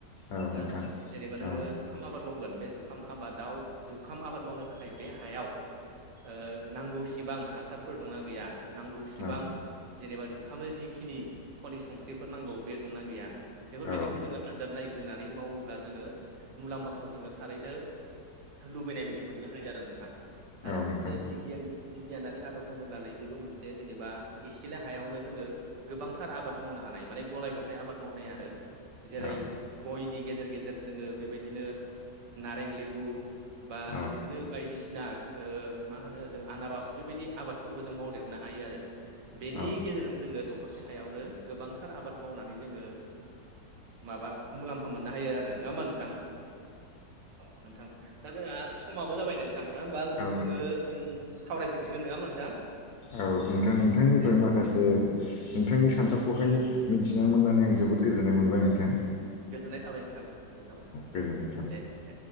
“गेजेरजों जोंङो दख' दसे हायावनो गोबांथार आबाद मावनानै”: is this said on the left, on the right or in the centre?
Right